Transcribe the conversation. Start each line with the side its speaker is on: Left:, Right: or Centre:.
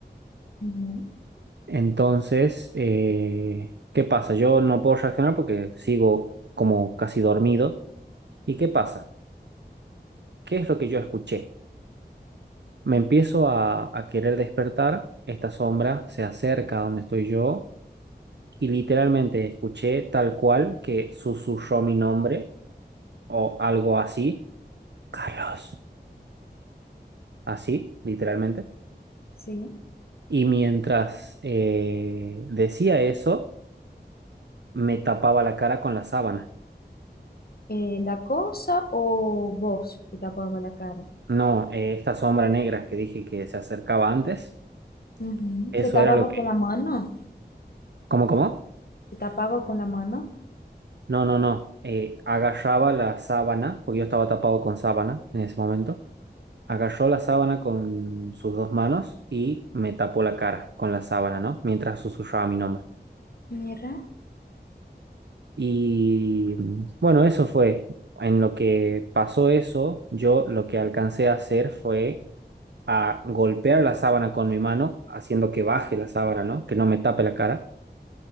Left: ujú,
Right: Entonces, eh, ¿qué pasa? Yo no puedo reaccionar porque sigo como casi dormido. ¿Y qué pasa? ¿Qué es lo que yo escuché? Me empiezo a, a querer despertar. Esta sombra se acerca a donde estoy yo y literalmente escuché tal cual que susurró mi nombre o algo así, Carlos, así, literalmente.
Left: Sí.
Right: Y mientras eh, decía eso, me tapaba la cara con la sábana.
Left: Eh, ¿la cosa o vos te tapabas la cara?
Right: No, eh, esta sombra negra que dije que se acercaba antes,
Left: Ujú.
Right: eso
Left: ¿Te tapabas
Right: era lo que...
Left: con la mano?
Right: ¿Cómo, cómo?
Left: Se tapaba con la mano.
Right: No, no, no. eh, agarraba la sábana, porque yo estaba tapado con sábana en ese momento Agarró la sábana con sus dos manos y me tapó la cara con la sábana, ¿no? Mientras susurraba mi nombre.
Left: Mira,
Right: Y mm, bueno, eso fue. En lo que pasó eso, yo lo que alcancé a hacer fue a golpear la sábana con mi mano, haciendo que baje la sábana, ¿no? Que no me tape la cara.